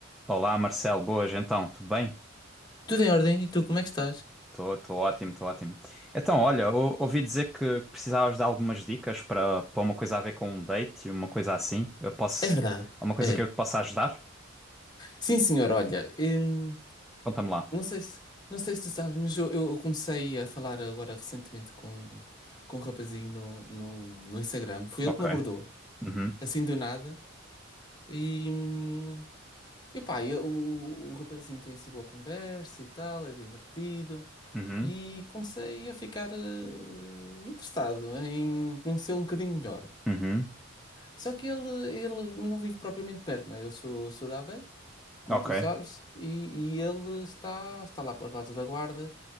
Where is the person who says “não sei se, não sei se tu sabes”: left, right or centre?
Left